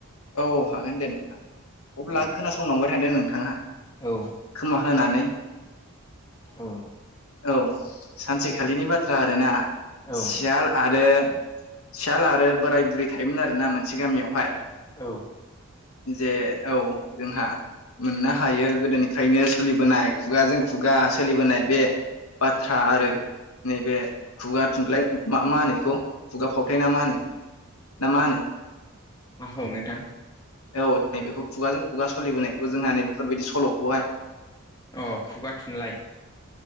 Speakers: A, on the left; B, on the left.
A: औ हागोन दे नोंथां अब्ला
B: औ
A: खोनासंलांबाय थादों नोंथाङा?
B: औ।
A: खोमा होनानै
B: ओ
A: औ सानसेखालिनि बाथ्रा आरोना
B: औ
A: सियाल आरो। सियाल आरो बोराय बुरै थायोमोन आरोना मोनसे गामियावहायो।
B: औ।
A: जे औ जोंहा मोननो हायो गोदोनिफ्रायनो सोलिबोनाय खुगाजों खुगा सोलिबोनाय बेयो बाथ्रा आरो नैबे खुगा थुनलाइ मा मा होनो इखौ खुगा फावथाय नामा होनो? ना मा
B: माखौ नोंथां?
A: औ ने बेखौ खुगाजों खुगा सोलिबोनायखौ जोंहा नै बेफोरबादि सल'खौहायो
B: औ खुगा थुनलाइ